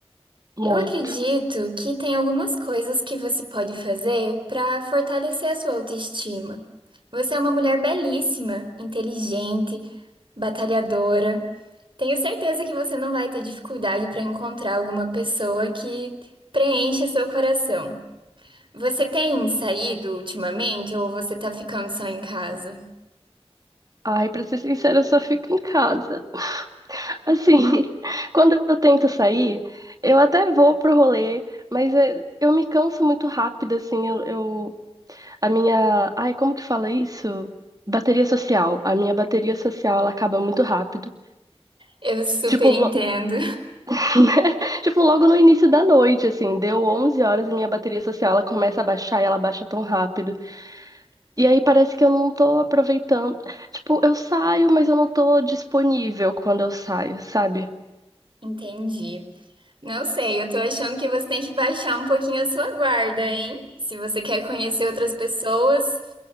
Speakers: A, on the right; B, on the right.
A: Muito.
B: Eu acredito que tem algumas coisas que você pode fazer para fortalecer a sua autoestima. Você é uma mulher belíssima, inteligente, batalhadora. Tenho certeza que você não vai ter dificuldade para encontrar alguma pessoa que preencha seu coração. Você tem saído ultimamente ou você tá ficando só em casa?
A: Ai, pra ser sincera, eu só fico em casa. Assim, <laughs> quando eu tento sair, eu até vou pro rolê, mas é, eu me canso muito rápido, assim, eu, eu- a minha, ai, como que fala isso? Bateria social. A minha bateria social, ela acaba muito rápido.
B: Eu super
A: Tipo,
B: entendo.
A: lo- <laughs> Tipo, logo no início da noite, assim, deu 11 horas, a minha bateria social, ela começa a baixar e ela baixa tão rápido. E aí parece que eu não tô aproveitando. Tipo, eu saio, mas eu não tô disponível quando eu saio, sabe?
B: <laughs> Entendi. Não sei, eu tô achando que você tem que baixar um pouquinho a sua guarda, hein? Se você quer conhecer outras pessoas,